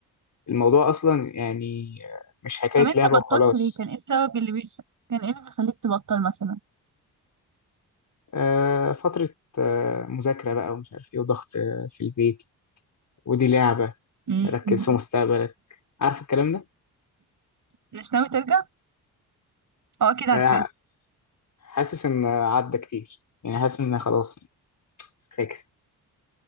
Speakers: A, on the left (about 50°); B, on the right (about 55°).
A: الموضوع اصلا يعني آه، مش حكايه
B: طب انت
A: لعبه
B: بطلت
A: وخلاص
B: ليه كان ايه السبب اللي بيخ... كان ايه اللي بيخليك تبطل مثلا
A: آه فتره آه، مذاكره بقى ومش عارف ايه وضغط آه، في البيت ودي لعبه
B: امم
A: ركز في مستقبلك عارف الكلام ده
B: مش ناوي ترجع اه اكيد عارفاه
A: آه، حاسس ان عدى كتير يعني حاسس ان خلاص فاكس